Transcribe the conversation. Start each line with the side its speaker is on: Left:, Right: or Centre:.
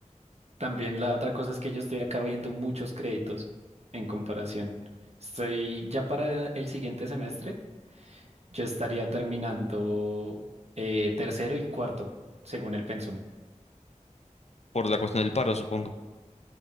Right: También la otra cosa es que yo estoy acá viendo muchos créditos en comparación. Estoy ya para el siguiente semestre, yo estaría terminando eh, tercero y cuarto, según el pensum.
Left: por la cuestión del paro, supongo.